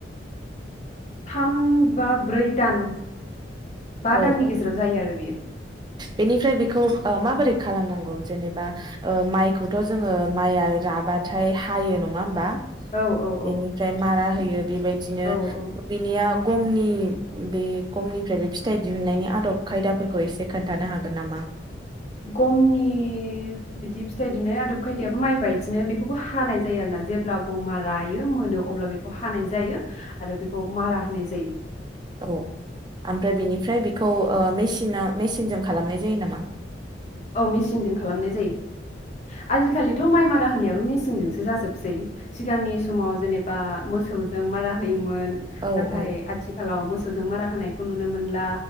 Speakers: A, on the left; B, on the right.
A: थाम बा ब्रै दान बा
B: औ
A: दाननि
B: औ
A: गेजेराव जायो आरो बियो
B: बेनिफ्राय बेखौ माबादि दि खालामनांगौ जेनेबा माइखौथ' जोङो माइआ राबाथाय हायो नङा होमबा?
A: औ औ
B: बेनिफ्राय
A: औ
B: मारा होय बेबायदिनो
A: औ औ
B: बेनिया गमनि बे गमनिफ्रायबो फि थाइ दिहुननायनि आदब खायदाफोरखौ एसे खोन्थानो हागोन नामा?
A: गमनि बिदि फिथाइ दिहुनाय आदब खायदायाबो माइ बायदिनो बेखौबो हानाय जायो आरोना जेब्ला गमा रायो मोनो अब्ला बेखौ हानाय जायो आरो बेखौ मारा होनाय जायो।
B: औ ओमफ्राय बेनिफ्राय बेखौ ओ मेसिना मेसिनजों खालामनाय जायो नामा?
A: औ मिसिंजों खालामनाय जायो। आजिखालिथ' माइ मा रां होनायाबो मेसिनजोंसो जाजोबसै सिगांनि समाव जेनेबा मोसौजों मारा होयो मोन
B: औ
A: नाथाय
B: औ
A: आथिलाव मो सौजों मारा होनायखौ नुनो मोनला।